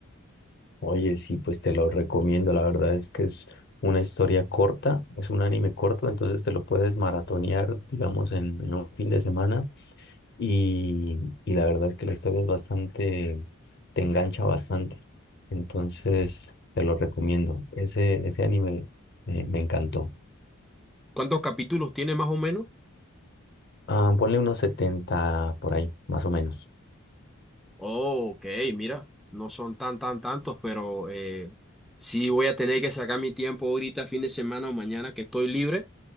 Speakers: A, on the left; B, in the centre.
A: Oye, sí, pues te lo recomiendo. La verdad es que es una historia corta, es un anime corto, entonces te lo puedes maratonear, digamos, en, en un fin de semana. Y, y la verdad es que la historia es bastante, te engancha bastante. Entonces, te lo recomiendo. Ese, ese anime me, me encantó.
B: ¿Cuántos capítulos tiene más o menos?
A: Ah, ponle unos 70 por ahí, más o menos.
B: Oh, ok, mira, no son tan, tan, tantos, pero eh, sí voy a tener que sacar mi tiempo ahorita, fin de semana o mañana que estoy libre